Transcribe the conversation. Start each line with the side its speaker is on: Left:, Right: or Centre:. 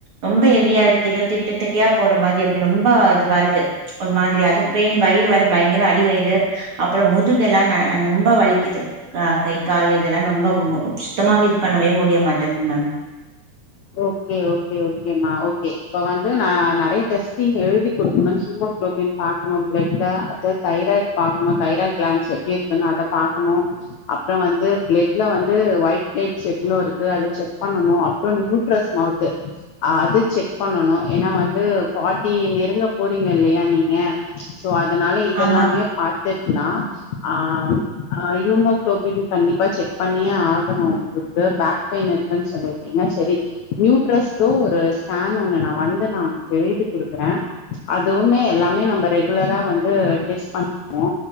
Right: ரொம்ப ஹெவியா இருக்கு ஏதோ திட்ட திட்டயா போற மாரி அப்டினு ரொம்ப இதுவா இருக்கு ஒரு மாதிரி அதுவு பெயின் வயிறு வேற பயங்கர அடிவயிறு அப்பறோ முதுகெல்லா ரொம்ப வலிக்கிது ஆ கை கால் இதெல்லா ரொம்ப சுத்தமாவே இது பண்ணவே முடிய மாட்டேங்குது மேம்
Left: ஓகே ஓகே ஓகே மா ஓகே இப்ப வந்து நா நெறைய டெஸ்டிங் எழுதி குடுக்கணு ஹீமோ குளோபின் பாக்கணு பிளட்ல அது தைராய்டு பாக்கணு தைராய்ட் கிளான்ஸ் எப்டி இருக் கு நா அத பாக்கணு அப்பறோ வந்து பிளட்ல வந்து ஒயிட் நைட்ஸ் எவ்ளோ இருக்கு அத செக் பண்ணனு அப்பற நியூ ப்ரௌஸ்மவுத்து அது செக் பண்ணணு ஏனா வந்து ஃபார்ட்டி நெருங்க போறீங்க இல்லயா நீங்க சோ அதனால இதெல்லாமே
Right: ஆமா மேம்.
Left: பாத்துட்லா ஆ ஆ ஹீயூமோகுளோபின் கண்டிப்பா செக் பண்ணியே ஆகணு உங்களுக்கு பேக் பெயின் இருக்குன்னு சொல்லிருக்கீங்க சேரி நியூட்ரஸ்கு ஒரு ஸ்கேன் ஒன்னு நா வந்து நா உங்களுக்கு எழுதி குடுக்குறே அதுவுமே எல்லாமே நம்ம ரெகுலரா வந்து டெஸ்ட் பண்வோ